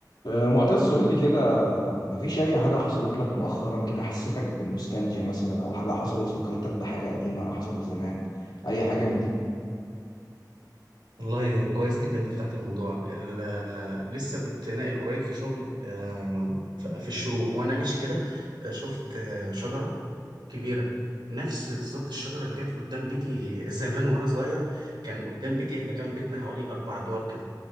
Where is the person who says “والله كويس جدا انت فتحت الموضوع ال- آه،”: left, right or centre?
Right